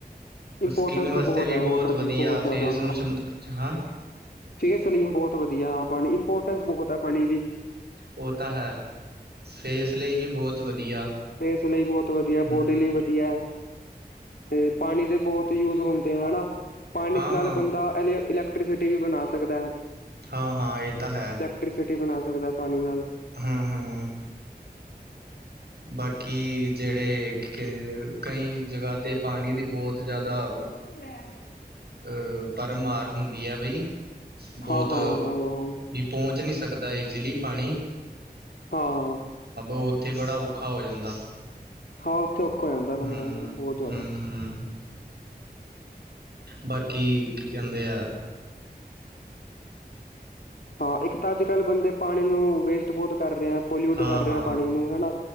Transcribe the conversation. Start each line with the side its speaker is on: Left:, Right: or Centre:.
Right: ਸਕਿੰਨ
Left: ਇੰਪੋਰਟੈਂਸ
Right: ਵਾਸਤੇ
Left: ਤਾਂ ਬਹੁਤ
Right: ਵੀ
Left: ਹੈ ਵੋਟਰ
Right: ਵਧੀਆ
Left: ਦੀ ਬਹੁਤ ਜ਼ਿਆਦਾ
Right: ਫੇਸ ਨੂੰ ਚਮਕ ਹਾਂ
Left: ਫੇ ਸਲੀਮ ਬਹੁਤ ਵਧੀਆ ਪਾਣੀ ਇੰਪੋਰਟੈਂਸ ਬਹੁਤ ਹੈ ਪਾਣੀ ਦੀ
Right: ਹੋਤਾ ਹੈ ਫੇਸ ਲਈ ਵੀ ਬਹੁਤ ਵਧੀਆ
Left: ਫੇਸ ਲਈ ਬਹੁਤ ਵਧੀਆ
Right: ਹਮ
Left: ਬੋਡੀ ਲਈ ਵਧੀਆ ਤੇ ਪਾਣੀ ਦੇ ਬਹੁਤ ਯੂਜ ਹੋਣ ਤੇ ਹਨਾ ਪਾਣੀ
Right: ਹਾਂ
Left: ਨਾਲ
Right: ਹਾਂ
Left: ਬੰਦਾਂ ਇਲੈਕਟ੍ਰੀਸਿਟੀ ਵੀ ਬਣਾ ਸਕਦਾ ਹੈ
Right: ਹਾਂ ਹਾਂ ਇਹ ਤਾਂ ਹੈ
Left: ਵਾਟਰ ਟੀ ਬਣਾ ਸਕਦਾ ਪਾਣੀ ਨਾਲ
Right: ਹੂੰ-ਹੂੰ ਬਾਕੀ ਜਿਹੜੇ ਕ ਕਈ ਜਗ੍ਹਾ 'ਤੇ ਪਾਣੀ ਦੀ ਬਹੁਤ ਜ਼ਿਆਦਾ
Left: ਆਉਣ ਲਾਂ
Right: ਅਹ ਪਰ ਮਾਰ ਹੁੰਦੀ ਹੈ ਬਈ ਬਹੁਤ
Left: ਹਾਂ- ਹਾਂ ਹਾਂ ਆਹੋ- ਆਹੋ
Right: ਪਹੁੰਚ ਨਹੀਂ ਸਕਦਾ ਈਜ਼ੀਲੀ ਪਾਣੀ
Left: ਹਾਂ
Right: ਉੱਥੇ ਬੜਾ ਔਖਾ ਹੋ ਜਾਂਦਾ
Left: ਹਾਂ ਉੱਥੇ ਔਖਾ ਹੋ। ਜਾਂਦਾ ਬੰਦਾ
Right: ਹੂੰ
Left: ਬਹੁਤ ਜ਼ਿਆਦਾ
Right: ਹੂੰ-ਹੂੰ ਬਾਕੀ ਕੀ ਕਹਿੰਦੇ ਆ।
Left: ਹਾਂ ਇੱਕ ਤਾਂ ਅੱਜ ਕੱਲ੍ਹ ਬੰਦੇ ਪਾਣੀ ਨੂੰ ਵੇਸਟ ਬਹੁਤ ਕਰ ਰਹੇ ਆ ਪੋਲਿਊਟ
Right: ਹਾਂ-ਹਾਂ
Left: ਕਰ ਰਿਹਾ ਪਾਣੀ ਨੂੰ ਹਨਾ